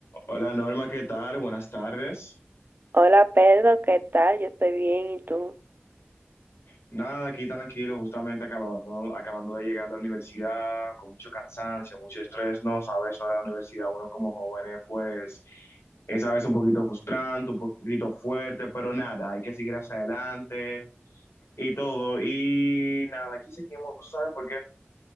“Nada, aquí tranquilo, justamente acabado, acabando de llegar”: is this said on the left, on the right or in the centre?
Left